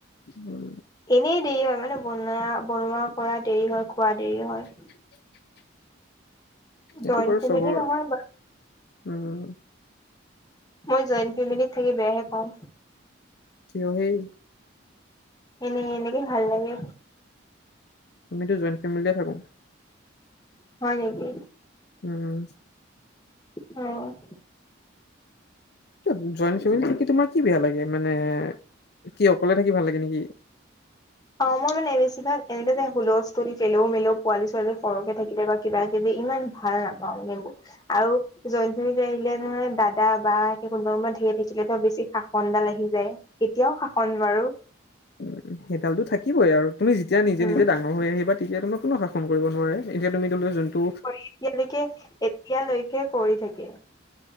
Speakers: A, on the left (about 50°); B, on the left (about 20°).
A: উম।
B: এনেই দেৰি হয়, মানে বনা বনোৱা কৰা দেৰি হয় খোৱা দেৰি হয়।
A: <unintelligible>
B: জইণ্ট
A: এইটো বাৰু
B: ফেমিলি
A: চবৰ
B: নহয়
A: উম।
B: মই জইণ ফেমিলিত থাকি বেয়াহে পাওঁ।
A: কিয় হেই।
B: এনেই, এনেকে ভাল লাগে।
A: আমিতো জইণ ফেমিলিয়ে থাকো।
B: হয় নেকি।
A: উম।
B: অ'।
A: কিয় জইণ ফেচিলিটো কি তোমাৰ কি বেয়া লাগে, মানে কি অকলে থাকি ভাল লাগে নেকি।
B: অ' মই মানে বেছিভাগ এনেকে যে হুলস্থুল কেলেও মেলেও পোৱালী ছোৱালী সৰহকে থাকিলে বা। কিবা কিবি ইমান ভাল নাপাওঁ মানে এইবোৰ আৰু। জইন ফেমিলী আহিলে নহয় দাদা বা কোনোবা কোনোবা ধেৰ থাকিলে ত বেছি শাসনডাল আহি যায়। এতিয়াও শাসন বাৰু।
A: উম, সেইডালতো থাকিবই আৰু তুমি যেতিয়া নিজে,
B: উম
A: নিজে ডাঙৰ হৈ আহিবা তেতিয়া তোমাক। কোনো শাসন কৰিব নোৱাৰে এতিয়া তুমি <inaudible> যোনটো।
B: অ এতিয়ালৈকে, এতিয়ালৈকে কৰি থাকে।